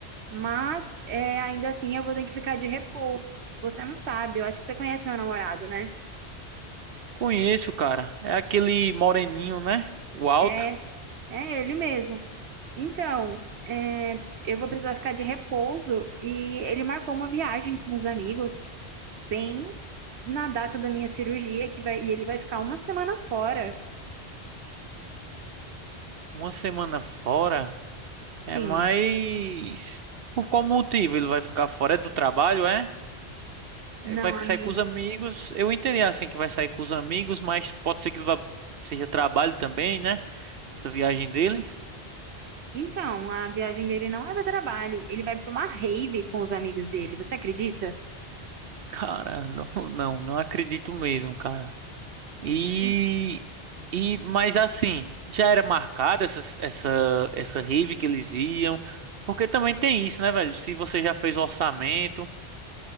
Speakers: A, on the right (about 80°); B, on the right (about 65°).
A: Mas é, ainda assim eu vou ter que ficar de repouso. Você não sabe, eu acho que você conhece meu namorado, né?
B: Conheço, cara. É aquele moreninho, né? O alto.
A: É, é ele mesmo. Então, é, eu vou precisar ficar de repouso e ele marcou uma viagem com os amigos bem na data da minha cirurgia que vai, e ele vai ficar uma semana fora.
B: Uma semana fora. É
A: Sim,
B: mais. Por qual motivo ele vai ficar fora? É do trabalho, é?
A: não,
B: Ele vai
A: amigo.
B: sair com os amigos. Eu entendi assim que vai sair com os amigos, mas pode ser que ele vá... seja trabalho também, né? Essa viagem dele.
A: Então, a viagem dele não é para trabalho, ele vai para uma rave com os amigos dele. Você acredita?
B: Cara, <laughs> não, não, não acredito mesmo, cara. E,
A: Sim.
B: e, mas assim, já era marcada essa, essa, essa rave que eles iam, porque também tem isso, né, velho? Se você já fez o orçamento,